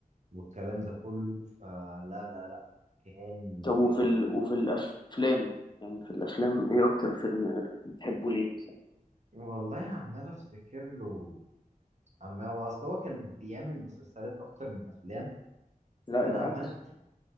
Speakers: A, on the right; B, on the left.
A: والكلام ده كله فلا لا لا كان
B: طب وفي
A: بجد
B: ال... وفي الأفلام يعني في الأفلام ايه أكتر فيلم بتحبه ليه مثلا؟
A: والله عمال افتكر له عمال هو اصل هو كان بيعمل مسلسلات اكتر من افلام
B: لا
A: فانا
B: العكس
A: عمال افتكر